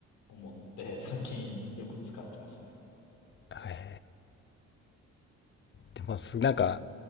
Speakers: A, on the left (about 85°); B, on the left (about 40°).
A: 思って、最近よく使ってますね。
B: はい。でもす、
A: 面白いです。
B: なんか、